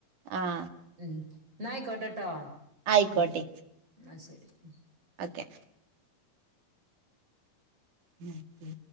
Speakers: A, on the right; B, on the right.
A: ആഹ്
B: ഉം ന്നായികോട്ടേട്ടോ
A: ആയിക്കോട്ടെ
B: ന്നാ ശരി ഉം
A: ഓക്കെ <unintelligible> ഓക്കെ